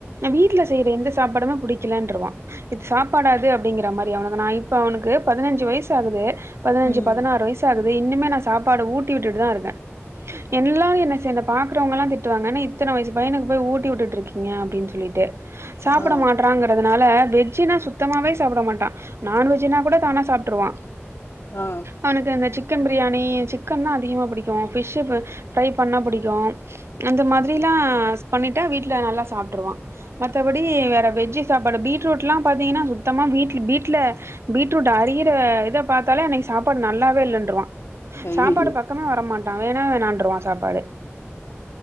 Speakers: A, on the right (about 65°); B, on the left (about 65°).
A: வீட்டல செய்ர எந்த சாப்பாடுமே புடிக்கலன்ற சாப்பாடாது அப்படிங்கிற மாரி இப்ப அவனுக்கு பதினஞ்சு வயசு யூஸ் ஆகுது பதினஞ்சு
B: ம்
A: பதனாறு வயசு ஆகுது இன்னுமே நான் சாப்பாடு ஊட்டி விட்டுட்டு தான் இருக்கேன் எல்லாம் என்ன ச பாக்குறவங்க எல்லாம் திட்டுவாங்க என்ன இத்தனை வயசு பையனுக்கு போய் ஊட்டி விட்டு இருக்கீங்க அப்படின்னு சொல்லிட்டு சாபிட
B: ஆ
A: மாட்றாங்கறதுனால வெஜ்னவே சுத்தமாவே சாபிட மாட்டா நான்வெஜ்னா கூட தானா சாப்டுருவான்
B: ஆ
A: அவனுக்கு சிக் சிக்கன் பிரியாணி சிக்கனா அதிகமா புடிகும் பிஷ் ப்ரை பண்ணா புடிக்கும் அந்த மாரிலா பண்ணிடா வீட்ல நல்லா சாப்பிட்டுருவான் மதபடி வேற வெஜ் சாப்பாடு பீட்ரூட்லாம் பா்த்தீங்கனா சுத்தமாக வீட்ல பீட்ல பீட்ரூட் அரியுற இத பாத்தாலே அன்னைக்கு சாப்பாடு நல்லாவே இல்லன்ரும்
B: ஐயயோ
A: சாப்பாடு பக்கமே வரமாட் வேணா வேணாருவான் சாப்பாடு